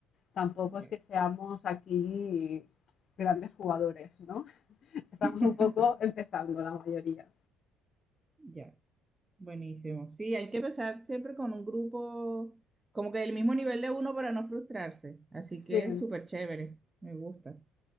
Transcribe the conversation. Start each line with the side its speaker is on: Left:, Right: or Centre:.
Left: Tampoco es
Right: Ya.
Left: que seamos aquí grandes jugadores, ¿no? <laughs> Estamos
Right: <laughs>
Left: un poco empezando la mayoría.
Right: Ya. Buenísimo. Sí, hay que empezar siempre con un grupo como que del mismo nivel de uno para no frustrarse. Así que
Left: Sí,
Right: es súper chévere, me gusta.